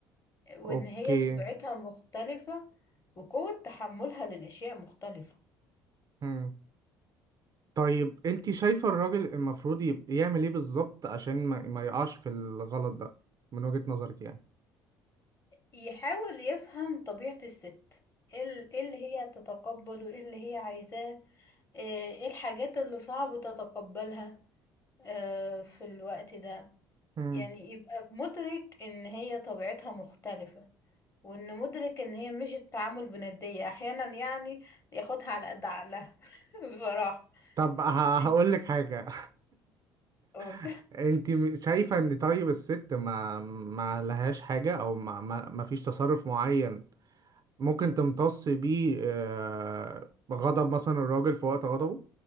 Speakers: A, on the left (about 30°); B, on the right (about 40°).
A: وان
B: اوكي
A: هي طبيعتها مختلفة وقوة تحملها للأشياء مختلفة
B: امم طيب انت شايفة الراجل المفروض يبقى يعمل ايه بالظبط عشان ما, ما يقعش في الغلط ده من وجهة نظرك يعني
A: يحاول يفهم طبيعة الست ايه ال- إيه اللي هي تتقبله ايه اللي هي عايزاه آه، ايه الحاجات اللي صعب تتقبلها آه، في الوقت ده
B: امم
A: يعني يبقى مدرك ان هي طبيعتها مختلفة وان مدرك ان هي مش التعامل بندية احيانا يعني ياخدها على قد عقلها <laughs> بصراحة
B: طب هقول
A: مش
B: لك حاجة
A: أقول.
B: <laughs> انت م- شايفة ان طيب الست ما ما لهاش حاجة او ما ما, ما فيش تصرف معين ممكن تمتص بيه آه، غضب مثلا الراجل في وقت غضبه